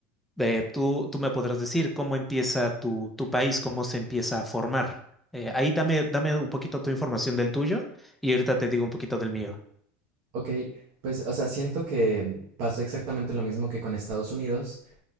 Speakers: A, in the centre; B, on the right.
A: Eh, tú, tú me podrás decir cómo empieza tu, tu país, cómo se empieza a formar. Eh, ahí dame, dame un poquito tu información del tuyo y ahorita te digo un poquito del mío.
B: ok. Pues, o sea, siento que pasó exactamente lo mismo que con Estados Unidos,